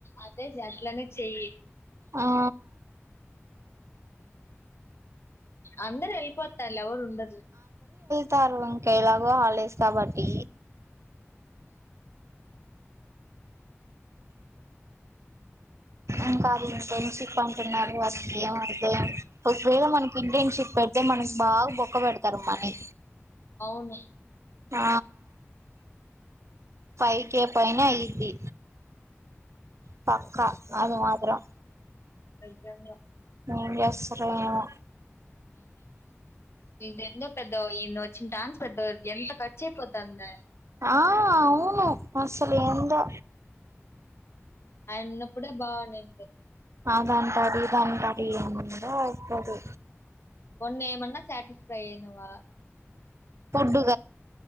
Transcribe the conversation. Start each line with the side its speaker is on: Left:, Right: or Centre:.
Left: అద్ ఆదిజ్ అట్లనే చెయ్య
Right: ఆ
Left: అందరు వెళ్ళిపోతారు లే ఎవరు ఉండరు
Right: తారు ఇంకా ఎలాగో హాలిడేస్ కాబట్టి ఇంకా అది ఇంటన్ షిప్ అంటున్నారు అసలు ఎం అయ్యిందో ఏమో ఒకవేళ మనకి ఇంటన్ షిప్ పెడితే మనకి బాగా బొక్క వెడుతారు మనీ
Left: అవును
Right: ఆ ఫైవ్ కే పైనే అయ్యింది హా క అన్ని మాత్రం
Left: ఐపోయింద్రా
Right: ఏం జెస్తుండ్రో యవో
Left: ఇదేందో పెద్దగా ఏందో వచ్చిన్టాన్స్ పెద్దగా ఎంత కర్చాయ్పోతాందే
Right: ఆ అవును అసలు ఏందో
Left: ఆయనున్నప్పుడే బానున్నింది
Right: అదంటారు ఇదంటారు ఏందో ఒక్కరు
Left: మొన్న ఏమన్నా సాటిస్ అయ్న్నవా
Right: ఫుడ్డు